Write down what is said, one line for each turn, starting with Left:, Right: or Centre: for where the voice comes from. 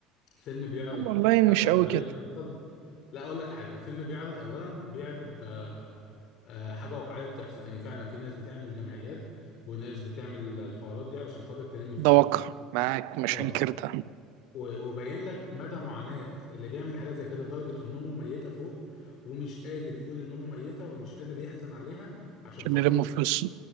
Left: الفيلم بيعرض
Right: والله
Left: حاجه
Right: مش
Left: واقعيه
Right: قوي كده
Left: بتحصل لا اقول لك حاجه الفيلم بيعرض اولا بيعرض آه، آه، حاجه واقعيه بتحصل ان فعلا في ناس بتعمل جمعيات وناس بتعمل الحوارات دي علشان خاطر تلم فلوس
Right: ده واقع معاك مش
Left: اه
Right: هنكر ده
Left: و- وبين لك مدى معاناة اللي بيعمل حاجات زي كده لدرجة ان امه ميتة فوق ومش قادر يقول ان امه ميتة ومش قادر يحزن عليها عشان
Right: عشان
Left: خاطر
Right: نلم
Left: الفلوس
Right: فلوس